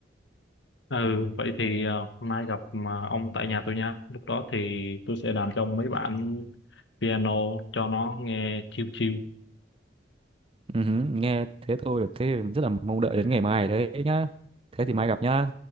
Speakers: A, on the left; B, on the right.
A: ừ vậy thì ờ, mai gặp mà ông tại nhà tôi nha lúc đó thì tôi sẽ làm cho ông mấy bản piano cho nó nghe chill chill
B: Ừ hứ, nghe thế thôi là thế rất là mong đợi đến ngày mai đấy nhá thế thì mai gặp nhá